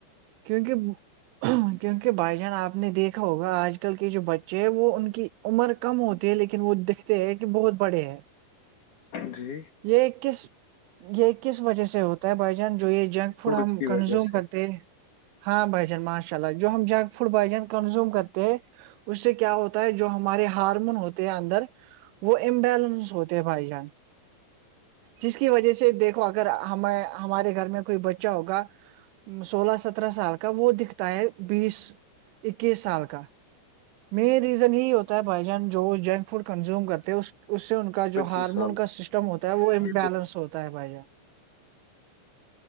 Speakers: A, on the right; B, on the left.
A: کیونکہ کیونکہ بھائی جان آپ نے دیکھا ہوگا آج آج کل کے جو بچے ہیں وہ ان کی عمر کم ہوتی ہے لیکن وہ دیکھتے ہے کہ بہت بڑے ہیں
B: جی
A: یہ کس یہ کس وجہ سے ہوتا ہے بھائی جوے جنک فوڈ آم
B: اس کی
A: کنزم
B: وجہ سے
A: کرتے ہاں بھائی جان ماشاء اللہ جو ہم جنک فڈ بھائی جن کنزیوم کرتے ہیں اس سے کیا ہوتا ہے جو ہمارے ہارمون ہوتے ہیں اندر وہ ابیلنس ہوتے بھائی جان جس کی وجہ سے دیکھ اگر ہمیں ہمارے گھر میں کوئی بچہ ہوگا سولہ سترہ سال کا وہ دکھتا ہے بیس اکیس سال کا مین ریزن ہی ہوتا ہے بائی چانس جو جنک فوڈ کنزیوم کرتے ہیں سے کا
B: پچیس
A: جو ہارمون
B: سال
A: کا سسٹم ہوتا ہے وہ امبلنس
B: جی
A: ہوتا ہے بھائی جا <inaudible>